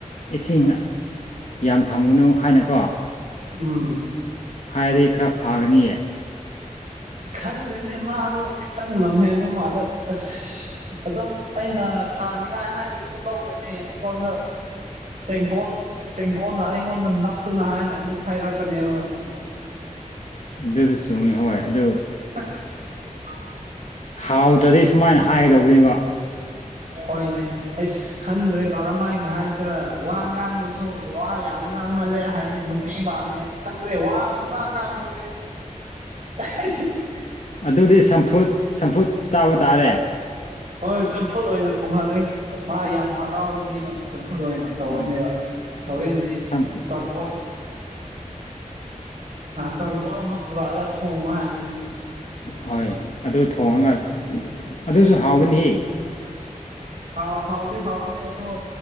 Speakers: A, on the left; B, on the right.
A: ꯏꯁꯤꯡ ꯌꯥꯝ ꯊꯝꯒꯅꯨ ꯍꯥꯏꯅꯀꯣ
B: ꯎꯝ
A: ꯍꯥꯏꯔꯗꯤ ꯈꯔ ꯐꯥꯒꯅꯤꯌꯦ
B: ꯈꯪꯗꯦꯅꯦ ꯃꯥꯗꯣ ꯈꯤꯇꯪ ꯂꯝꯍꯦꯟꯕꯣ ꯃꯥꯜꯂꯦ ꯑꯁ ꯑꯗꯨꯝ ꯑꯩꯅ ꯐꯥꯅꯤꯡꯉꯥꯏ ꯍꯥꯏꯔꯁꯨ ꯂꯧꯗꯣꯏꯅꯦ ꯑꯩꯉꯣꯟꯗ ꯇꯦꯡꯀꯣꯜ ꯇꯦꯡꯀꯣꯟꯜꯅ ꯑꯩꯉꯣꯟꯗ ꯅꯞꯇꯅ ꯍꯥꯏꯅ ꯑꯃꯨꯛ ꯍꯥꯏꯔꯛꯀꯅꯦꯕ <unintelligible> <inaudible>
A: ꯑꯗꯨꯁꯨ ꯆꯨꯝꯃꯤ ꯍꯣꯏ ꯑꯗꯨ
B: ꯑ <inaudible> <unintelligible>
A: ꯍꯥꯎꯗ꯭ꯔꯗꯤꯩ ꯁꯨꯃꯥꯏꯅ ꯍꯥꯏꯒꯗꯧꯕꯅꯦꯕ
B: ꯍꯣꯏꯅꯦ ꯑꯩꯁ ꯈꯪꯗ꯭ꯔꯦ ꯀꯧꯔꯝꯃ ꯍꯥꯏꯅ ꯍꯥꯏꯁꯤꯔ ꯋꯥ ꯉꯥꯡꯅꯁꯨ ꯋꯥ ꯌꯥꯝ ꯁꯨꯝ ꯉꯥꯡ ꯃꯥꯜꯂꯦ ꯍꯥꯏꯌꯦ ꯅꯨꯄꯤꯤ ꯃꯥꯜꯂꯦ ꯈꯪꯗ꯭ꯔꯦ ꯋꯥ ꯁꯨꯡ ꯉꯥꯡ ꯉꯥꯡꯈ꯭ꯔꯦ <unintelligible> <inaudible>
A: ꯑꯗꯨꯗꯤ ꯁꯝꯐꯨꯠ ꯁꯝꯐꯨꯠ ꯆꯥꯕ ꯇꯥꯔꯦ
B: ꯍꯣꯏ ꯆꯝꯐꯨꯠ ꯑꯣꯏꯅ ꯊꯨꯡꯍꯜꯂꯤꯦ ꯃꯥ ꯌꯥꯝ ꯍꯔꯥꯎꯔꯅꯤꯕ ꯆꯝꯐꯨꯠ ꯠ ꯑꯣꯏꯅ ꯇꯧꯔꯅꯦꯕ
A: ꯍꯣꯏ
B: ꯊꯧꯔꯦꯟꯗꯤ
A: ꯆꯝꯐꯨ
B: ꯇꯔꯕꯣꯠ ꯇꯣꯔꯔꯕꯣꯣꯟ ꯑꯃ ꯄꯨꯔꯛꯂꯒ ꯊꯣꯡꯉ ꯍꯥꯏꯒꯅꯤ
A: ꯍꯣꯏ ꯑꯗꯨ ꯊꯣꯡꯉꯒ ꯑꯗꯨꯁꯨ ꯍꯥꯎꯕꯅꯤ
B: ꯍꯥꯎ ꯍꯥꯎꯗꯦ ꯍꯥꯎꯒꯅꯤ ꯑꯗꯣ